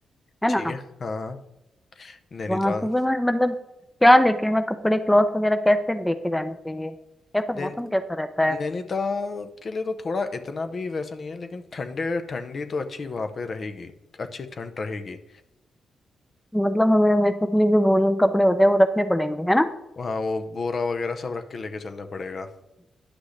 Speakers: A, in the centre; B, on the left.
A: हैं
B: ठीक
A: ना
B: है हाँ हाँ, नैनीताल
A: वहां सुबह में मतलब क्या लेके हमें कपड़े क्लॉथ वगैरह कैसे लेके जाने चाहिए कैसा
B: नैन
A: मौसम कैसा रहता है
B: नैनीताल के लिए तो थोड़ा इतना भी वैसा नहीं है लेकिन ठंडे ठंडी तो अच्छी वहाँ पे रहेगी अच्छी ठंड रहेगी
A: मतलब हमें बेसिकली जो वूलन कपड़े होते हैं वो रखने पड़ेंगे है ना
B: वहाँ वो बोरा वगैरह सब रख के लेके चलना पड़ेगा